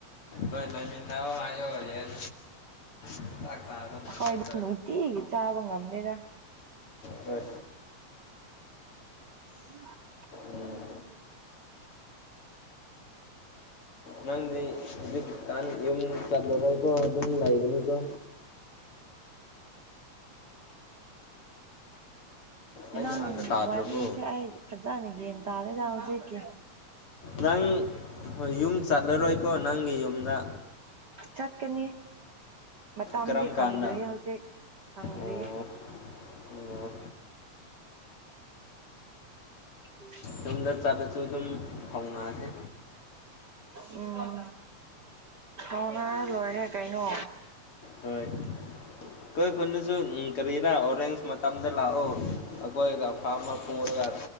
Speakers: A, on the left (about 50°); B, on the right (about 45°).
A: ꯍꯣꯏ ꯂꯩꯃꯤꯟꯅꯧ ꯍꯥꯏꯌꯣ ꯌꯦꯟ ꯆꯥꯛ ꯆꯥꯕ ꯃꯇꯝꯗ
B: ꯍꯣꯏ ꯅꯨꯡꯇꯤꯒꯤ ꯆꯥꯕ ꯉꯝꯗꯦꯗ
A: ꯍꯣꯏ
B: <inaudible>
A: ꯎꯝ ꯅꯪꯗꯤ ꯍꯧꯖꯤꯛꯀꯥꯟ ꯌꯨꯝ ꯆꯠꯂꯔꯣꯏꯀꯣ ꯑꯗꯨꯝ ꯂꯩꯒꯅꯤꯀꯣ ꯑꯩꯅ
B: ꯅꯪ
A: ꯍꯥꯏꯕ ꯇꯥꯗ꯭ꯔꯕꯣ
B: ꯋꯥꯔꯤꯁꯦ ꯑꯩꯥꯏ꯫ ꯐꯖꯅ ꯌꯦꯟ ꯇꯥꯔꯦꯗ ꯍꯧꯖꯤꯛꯀꯤ
A: ꯅꯪ ꯍꯣꯏ ꯌꯨꯝ ꯆꯠꯂꯔꯣꯏꯀꯣ ꯅꯪꯒꯤ ꯌꯨꯝꯗ
B: ꯆꯠꯀꯅꯤ ꯃꯇꯝꯗꯤ
A: ꯀꯔꯝ
B: ꯈꯪꯗ꯭ꯔꯤꯌꯦ
A: ꯀꯥꯟꯗ
B: ꯍꯧꯖꯤꯛ ꯈꯪꯗ꯭ꯔꯤ꯫
A: ꯑꯣ ꯑꯣ
B: <inaudible>
A: ꯌꯨꯝꯗ ꯆꯥꯗꯁꯨ ꯑꯗꯨꯝ ꯍꯧꯥꯎꯅꯑꯁꯦ꯫
B: ꯎꯝ ꯀꯥꯎꯅꯥ ꯂꯣꯏꯔꯦ ꯀꯩꯅꯣ
A: ꯍꯣꯏ ꯑꯩꯈꯣꯏ ꯈꯨꯅꯁꯨ ꯀꯔꯤꯅ ꯑꯣꯔꯦꯟꯖ ꯃꯇꯝꯗ ꯂꯥꯛꯑꯣ ꯑꯩꯈꯣꯏꯒ ꯐꯥꯝꯃ ꯄꯨꯔꯒ